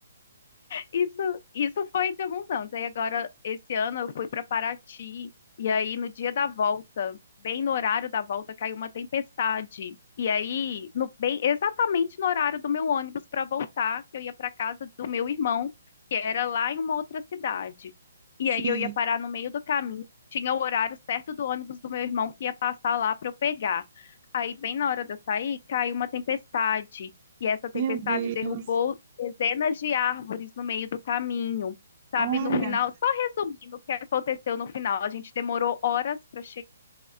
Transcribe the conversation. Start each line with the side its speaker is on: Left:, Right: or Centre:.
Left: isso, isso foi de alguns anos. Aí agora, esse ano, eu fui para Paraty, e aí no dia da volta, bem no horário da volta, caiu uma tempestade. E aí, no, bem, exatamente no horário do meu ônibus para voltar, que eu ia para casa do meu irmão, que era lá em uma outra cidade. E
Right: Sim,
Left: aí eu ia parar no meio do caminho, tinha o horário certo do ônibus do meu irmão que ia passar lá para eu pegar. Aí, bem na hora de eu sair, caiu uma tempestade. E essa tempestade
Right: meu Deus,
Left: derrubou dezenas de árvores no meio do caminho, sabe?
Right: olha,
Left: No final, só resumindo o que aconteceu no final, a gente demorou horas para